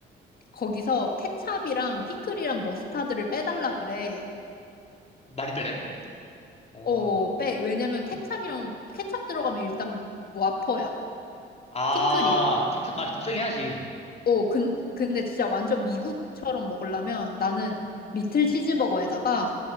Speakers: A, on the left; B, on the left.
A: 거기서 케찹이랑 피클이랑 머스타드를 빼달라 그래.
B: 많이 빼네. 어.
A: 어, 빼. 왜냐면 케찹이랑 케찹 들어가면 일단 와퍼야.
B: 아,
A: 피클이랑.
B: 케찹 맛이 좀 세긴 하지.
A: 어, 근, 근데 진짜 완전 미국처럼 먹으려면 나는 리틀 치즈버거에다가